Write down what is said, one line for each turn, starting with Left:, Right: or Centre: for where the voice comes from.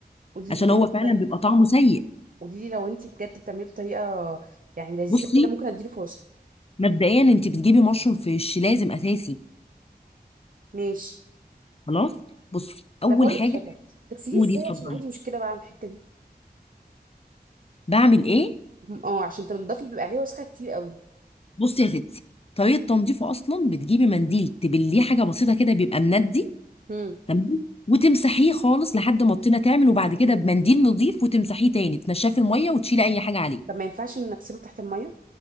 Right: قولي
Left: عشان
Right: لي قولي
Left: هو
Right: لي
Left: فعلا
Right: طيب
Left: بيبقى طعمه سيء
Right: قولي لي لو انت بجد بتعمليه بطريقه يعني لذيذه
Left: بصي
Right: كده ممكن اديله فرصه
Left: مبدئيا انت بتجيبي مشروم فيش لازم اساسي
Right: ماشي
Left: خلاص بصي اول
Right: طب اقول
Left: حاجه
Right: لك حاجه تغسليه
Left: قولي
Right: ازاي
Left: اتفضلي
Right: عشان عندي مشكله بقى من الحته دي
Left: بعمل ايه
Right: مم، اه عشان تنضفي بيبقى عليه وسخه كتير قوي
Left: بصي يا ستي طريقه تنظيفه اصلا بتجيبي منديل تبليه حاجه بسيطه كده بيبقى مندي
Right: امم
Left: تمام وتمسحيه خالص لحد ما الطينه تعمل وبعد كده بمنديل نظيف وتمسحيه تاني تنشفيه في الميه وتشيلي اي حاجه عليه
Right: طب ما ينفعش ان نغسله تحت الميه